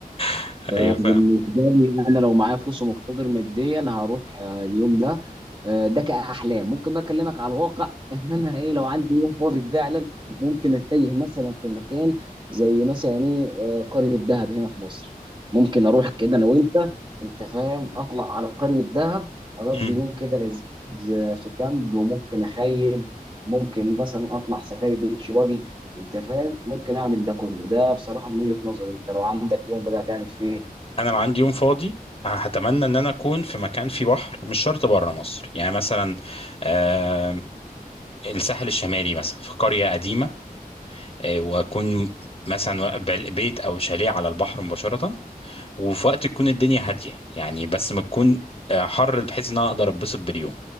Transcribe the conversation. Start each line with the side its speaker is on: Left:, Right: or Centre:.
Left: <laughs>
Right: فبالنسبه
Left: هي فعلا
Right: لي انا لو معايا فلوس ومقتدر ماديا انا هروح آه، اليوم ده آه، ده كاحلام ممكن بقى اكلمك على الواقع <laughs> ان انا ايه لو عندي يوم فاضي فعلا ممكن اتجه مثلا في مكان زي مثلا ايه آه، قريه دهب هنا في مصر ممكن اروح كده انا وانت انت فاهم اطلع على قريه دهب اقضي
Left: مم.
Right: يوم كده لذيذ آه، في كامب وممكن اخيم ممكن مثلا اطلع سفاري بيتش واجي انت فاهم ممكن اعمل ده كله ده بصراحه من وجهه نظري انت لو عندك يوم بقى هتعمل فيه إيه؟
Left: انا لو عندي يوم فاضي هتمنى ان انا اكون في مكان فيه بحر مش شرط بره مصر يعني مثلا آه، الساحل الشمالي مثلا في قرية قديمة آه، واكون مثلا و- بل- بيت او شاليه على البحر مباشرة وفي وقت تكون الدنيا هادية يعني بس ما تكون آه، حر بحيث ان انا اقدر اتبسط باليوم